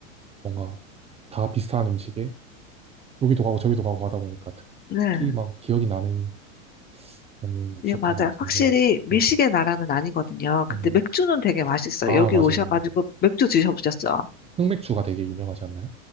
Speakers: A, on the right; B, on the left.
A: 뭔가 다 비슷한 음식에 여기도 가고 저기도 가고 하다 보니까
B: 네.
A: 특히 막 기억이 나는 거는 없었던
B: 예, 맞아요.
A: 것 같은데
B: 확실히 미식의
A: 네.
B: 나라는 아니거든요. 근데
A: 음.
B: 맥주는 되게 맛있어요.
A: 아
B: 여기
A: 맞아요.
B: 오셔가지고
A: 네.
B: 맥주 드셔보셨죠?
A: 흑맥주가 되게 유명하지 않나요?